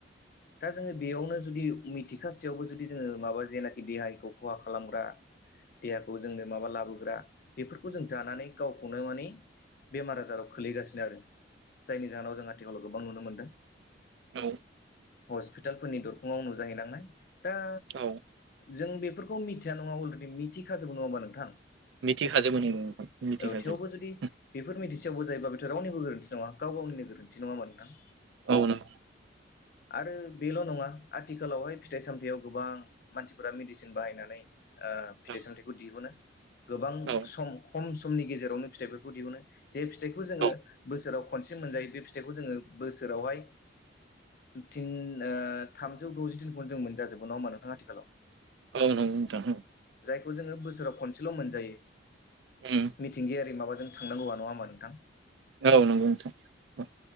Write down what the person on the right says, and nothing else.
औ
औ औ
मिथिखाजोबो नों नों मिथिखाजोबो।
औ नों
नंगौ
औ औ
औ
औ नंगौ नोंथां औ।
उम
औ नंगौ नोंथां औ